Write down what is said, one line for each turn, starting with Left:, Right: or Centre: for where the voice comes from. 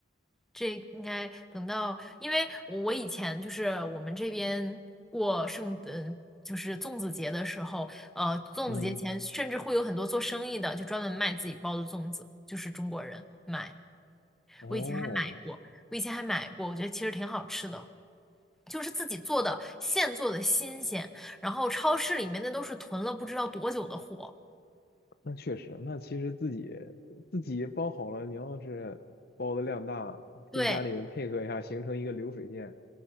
Centre: 这应该等到，因为我以前就是我们这边过圣，呃，就是粽子节的时候，呃，粽子节前甚至会有很多做生意的，
Left: 嗯，
Centre: 就专门卖自己包的粽子，就是中国人买。
Left: 哦，
Centre: 我以前还买过，我以前还买过，我觉得其实挺好吃的，就是自己做的，现做的新鲜，然后超市里面那都是囤了不知道多久的货。
Left: 那确实，那其实自己自己包好了，你要是包的量大，
Centre: 对，
Left: 跟家里人配合一下，形成一个流水线，